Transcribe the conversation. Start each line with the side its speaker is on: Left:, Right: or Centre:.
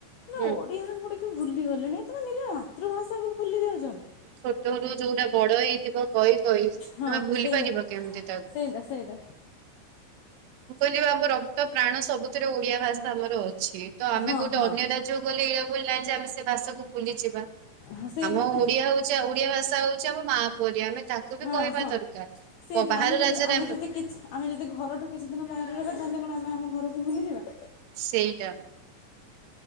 Left: ନା
Right: ହୁଁ।
Left: ଓଡିଆ ମୁଁ ଟିକେ ଭୁଲି ଗଲିଣି ଏ ତମେ ନିଜ ମାତୃଭାଷାକୁ ଭୁଲି ଯାଉଛ। ନା
Right: ଛୋଟରୁ ଯୋଉଟା ବଡ ହେଇଥିବ କହି କହି
Left: ହଁ
Right: ତମେ ଭୁଲି
Left: ସେଇଟା
Right: ପାରିବ କେମିତି ତାକୁ।
Left: ସେଇଟା ସେଇଟା
Right: ମୁଁ କହିଲି ବା ଆମ ରକ୍ତ ପ୍ରାଣ ସବୁଥିରେ ଓଡିଆ ଭାଷା ଆମର ଅ ଅଛି ତ ଆମେ
Left: ହଁ
Right: ଗୋଟେ
Left: ହଁ
Right: ଅନ୍ୟ ରାଜ୍ୟକୁ ଗଲେ ଏୟା ଭୁଲ ନାଇଁ ଯେ ଆମେ ସେ ଭାଷାକୁ ଭୁଲିଯିବା।
Left: ହଁ ସେଇପରା
Right: ଆମ ଓଡିଆ ହଉଛି ଓଡିଆ ଭାଷା ହଉଛି ଆମ ମା ପରି ଆମେ। ତାକୁ ବି
Left: ହଁ
Right: କହିବା
Left: ହଁ
Right: ଦରକାର।
Left: ସେଇ ତ
Right: ବାହାର
Left: ଆମେ ଯଦି
Right: ରାଜ୍ୟରେ
Left: ଆମେ ଯଦି କି ଆମେ ଯଦି ଘରଠୁ କିଛି ଦିନ ବାହାର ରହିବା ତାହେଲେ କଣ ଆମେ ଆମ ଘର। କୁ ଭୁଲିଯିବା।
Right: ସେଇଟା।